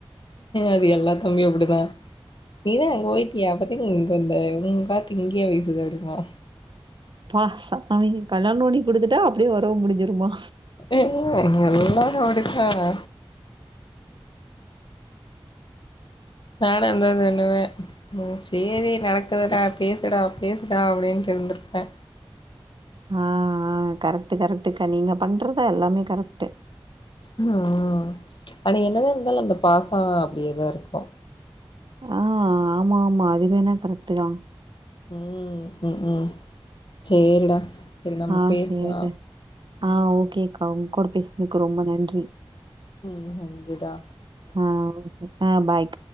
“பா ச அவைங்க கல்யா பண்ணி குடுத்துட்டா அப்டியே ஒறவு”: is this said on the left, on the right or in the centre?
Right